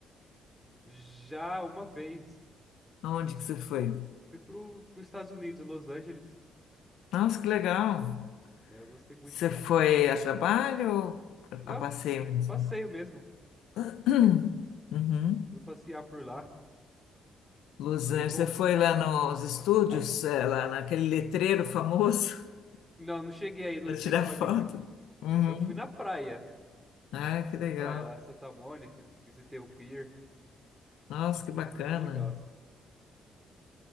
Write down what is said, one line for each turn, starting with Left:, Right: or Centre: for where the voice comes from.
Centre: Já uma vez,
Left: Aonde que você foi?
Centre: fui pro, pros Estados Unidos, Los Angeles.
Left: Nossa, que legal!
Centre: É, eu gostei muito
Left: Você foi
Centre: lá.
Left: a trabalho ou
Centre: Não,
Left: a passeio mesmo?
Centre: passeio mesmo.
Left: <clears throat> Uhum.
Centre: Fui passear por lá.
Left: Los
Centre: E
Left: Angeles,
Centre: é bom.
Left: você foi lá nos estúdios, é, lá naquele letreiro famoso
Centre: Não, não cheguei
Left: <laughs>
Centre: aí no
Left: para
Centre: letreiro
Left: tirar
Centre: Hollywood.
Left: foto? Uhum.
Centre: Eu fui na praia.
Left: Ah, que
Centre: na
Left: legal!
Centre: praia lá, Santa Mônica, visitei o pier,
Left: Nossa, que bacana!
Centre: foi bem legal, assim,